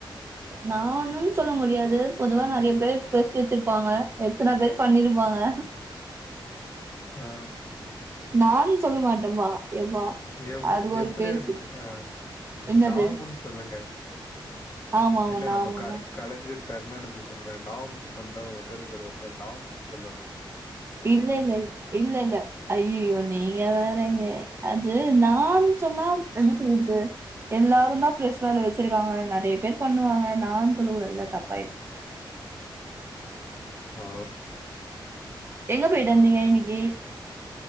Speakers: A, on the right; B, on the left.
A: நானுன் சொல்ல முடியாது பொதுவா நறைய பேர் பிரஸ் வச்சிருப்பாங்க எத்தன பேர் பண்ணிருப்பாங்க
B: ஆ.
A: நான் சொல்ல மாட்ட பா எப்பா
B: எப்டி
A: அது ஒரு
B: எப்டி
A: பேச்சு
B: அருந்து ஆ
A: என்னது
B: நா ஒன்னு சொல்லங்க
A: ஆமா ஆமாண்ணா
B: என்ன நம்ம
A: ஆமாண்ணா
B: க கலைஞர் கருணாநிதி சொன்ன மாரி நாம் சொன்ன ஒத்தறுக்கு ஒருத்தரு நாம்னு சொல்லணு
A: இல்லல்ல இல்லல்ல ஐயோ நீங்க வேறங்க அது நான் சொன்னா எப்டி சொல்றது எல்லாருமா பிளேஸ் வாங்கி வச்சிருகாங்க நெறைய பேர் பண்ணுவாங்க நான் சொல்ல கூடதுல்ல தப்பாய்டு
B: ஆ
A: எங்க பொய்ட்டு வந்தீங்க இன்னிக்கி